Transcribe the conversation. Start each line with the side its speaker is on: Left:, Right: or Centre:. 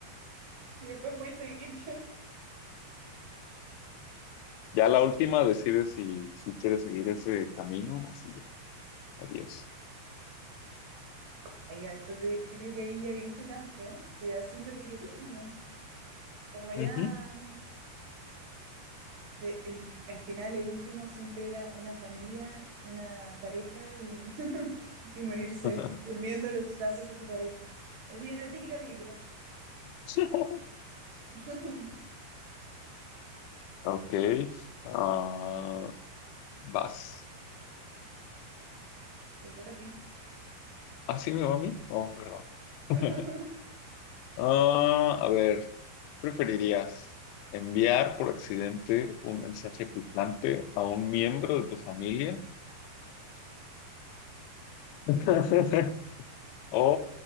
Right: Y después podéis seguir.
Left: Ya la última decide si, si quieres seguir ese camino o si ya. Adiós.
Right: <laughs> Ahí ya después de, yo creo que ahí ya viviste tanto que así es lo que querís nomás. Como ya
Left: Ujú.
Right: de- el- al final el último siempre era una familia, una pareja y, <laughs> y morirse
Left: <laughs>
Right: durmiendo en los brazos de tu pareja. Así es la típica película.
Left: <laughs>
Right: <laughs>
Left: Ok. ah, vas.
Right: Te toca a ti.
Left: ¿Así me va a mí? No, perdón. <laughs>
Right: <laughs>
Left: Ah, a ver, ¿preferirías enviar por accidente un mensaje picante a un miembro de tu familia <laughs> o